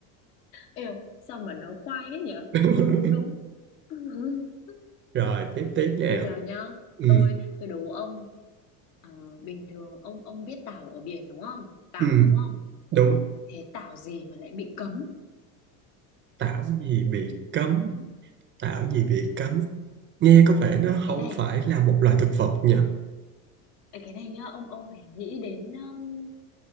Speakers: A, on the left; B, on the right.
A: Eo, sao mà nó khoai thế nhở?
B: <laughs>
A: Thế mà cũng đúng. <laughs>
B: Rồi tiếp tiếp nào.
A: Thì bây giờ nhá,
B: Ừ.
A: tôi tôi đố ông ờ, bình thường ông ông biết tảo ở biển đúng không? Tảo
B: Ừ.
A: đúng không?
B: Đúng.
A: Thế tảo gì mà lại bị cấm?
B: Tảo gì bị cấm? Tảo gì bị cấm? Nghe có vẻ nó
A: Cái
B: không
A: này,
B: phải là một loài thực vật nhỉ?
A: ấy, cái này nhá, ông ông phải nghĩ đến um,